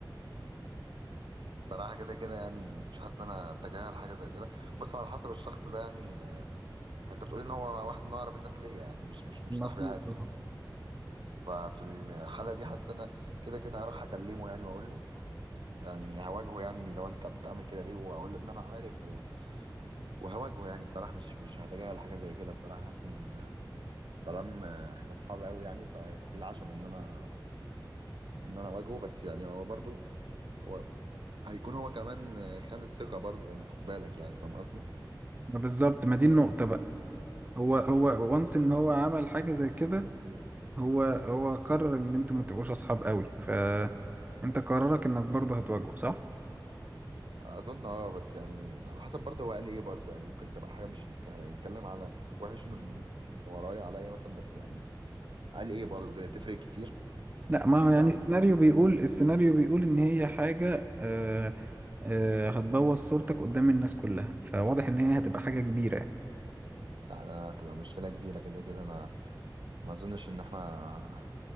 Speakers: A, on the right; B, on the right.
A: صراحة كده كده يعني مش حاسس ان انا اتجاهل حاجة زي كده بص هو على حسب الشخص ده يعني آه، انت بتقول ان هو واحد من اقرب الناس ليا يعني مش مش مش
B: المفروض
A: صاحبي عادي
B: طبعا
A: ففي الحالة دي حاسس ان انا كده كده هروح اكلمه يعني واقول له يعني هواجهه يعني لو انت بتعمل كده ليه واقول له ان انا عارف و- وهواجهه يعني الصراحة مش مش هتجاهل حاجة زي كده الصراحة حاسس ان طالما احنا اصحاب قوي يعني ففي العشم ان انا ان انا اواجهه بس يعني هو برضو هو هيكون هو كمان آه، خان الثقة برضه يعني خد بالك يعني فاهم قصدي؟
B: ما بالظبط ما دي النقطة بقى هو هو وانس ان هو عمل حاجة زي كده هو هو قرر ان انتوا ما تبقوش اصحاب قوي فانت قرارك انك برضه هتواجهه صح؟
A: أظن أه بس يعني على حسب برضه هو قال إيه برضه يعني ممكن تبقى حاجة مش مستاهلة يعني اتكلم على وحش من من ورايا عليا مثلا بس يعني قال إيه برضه هي تفرق كتير
B: لا ما هو يعني
A: يعني
B: السيناريو بيقول السيناريو بيقول ان هي حاجة آه آه هتبوظ صورتك قدام الناس كلها فواضح ان هي هتبقى حاجة كبيرة يعني
A: لا ده تبقى مشكلة كبيرة كده كده أنا ما أظنش إن إحنا